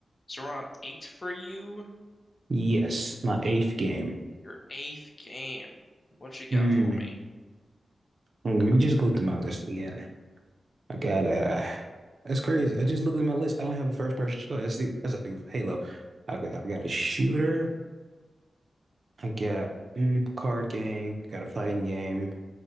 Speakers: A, on the left; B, on the right.
A: So we're on eight for you,
B: Yes, my eighth game.
A: your eighth game. What you got
B: Hmm.
A: for me?
B: hmm, Let me just go through my list again. I got a that's crazy. I just looked at my list. I don't have a first person shooter. Oh, Yes, I do. Yes, I do. Halo. I got I got a shooter. I got mm, card game. I got a fighting game.